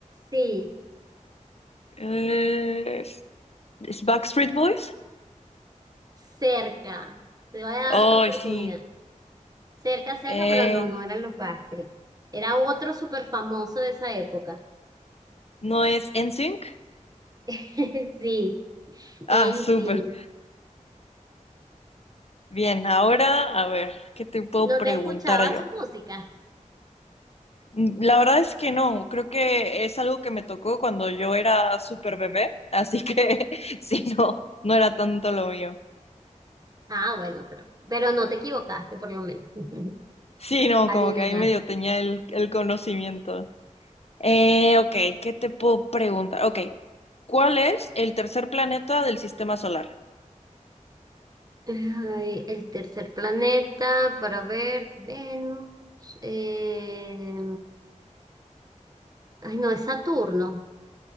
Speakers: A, on the right; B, on the left.
A: Sí,
B: Eh, ¿es es Backstreet Boys?
A: cerca. Te voy a dar
B: Ay,
A: otra oportunidad.
B: sí.
A: Cerca, cerca,
B: Eh,
A: pero no, no eran los Backstreet. Era otro súper famoso de esa época.
B: ¿no es N Sync.
A: <laughs> Sí, en
B: Ah, súper.
A: sí.
B: Bien, ahora, a ver, ¿qué te puedo
A: ¿No
B: preguntar
A: te escuchaba
B: yo?
A: su música?
B: La verdad es que no, creo que es algo que me tocó cuando yo era súper bebé, así que <laughs> sí, no, no era tanto lo mío.
A: Ah, bueno, pero, pero no te equivocaste, por lo menos. <laughs>
B: Sí, no,
A: Adivinaste.
B: como que ahí medio tenía el, el conocimiento. Eh, ok, ¿qué te puedo preguntar? Ok, ¿cuál es el tercer planeta del sistema solar?
A: Ay, el tercer planeta, para ver, Venus. eh, Ay, no, es Saturno.